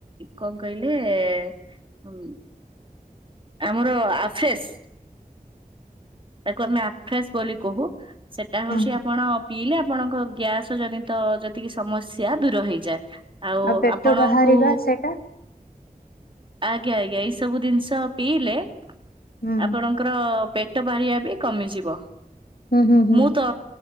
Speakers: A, on the right; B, on the left.
A: କଣ କହିଲେ ହୁଁ। ଆମର ଆଫେସ୍ ତାକୁ ଆମେ ଆଫ୍ରେସ ବୋଲି କହୁ। ସେଟା ହଉଛି
B: ହୁଁ
A: ଆପଣ ପିଇଲେ ଆପଣଙ୍କ ଗ୍ୟାସ ଜନିତ ଯେତିକି ସମସ୍ୟା ଦୂର ହେଇଯାଏ। ଆଉ
B: ପେଟ
A: ଆପଣଙ୍କୁ
B: ବାହାରିବା ସେଇଟା
A: ଆଜ୍ଞା ଆଜ୍ଞା ଏଇ ସବୁ ଦିନିଷ ପିଇଲେ
B: ହୁଁ
A: ଆପଣ ଙ୍କର ପେଟ ବାହାରିିବା ବି କମିଯିବ
B: ହୁଁ ହୁଁ ହୁଁ
A: ମୁଁ ତ